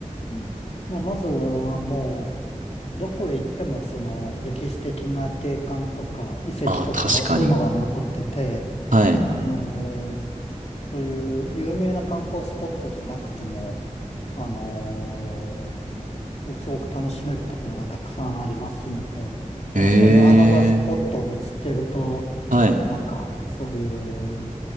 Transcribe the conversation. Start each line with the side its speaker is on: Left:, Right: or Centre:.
Left: ーうんまあ、まずはもう、どこへ行ってもその歴史的な景観とか遺跡とかそういうのが残ってて、
Right: ああ、確かに。はい。
Left: あのーそういう有名な観光スポットじゃなくても、あのーすすごく楽しめるところがたくさんありますんで、
Right: ええ
Left: なんかそういう穴場スポットを見つけると、
Right: ー。はい。
Left: なんかそういう、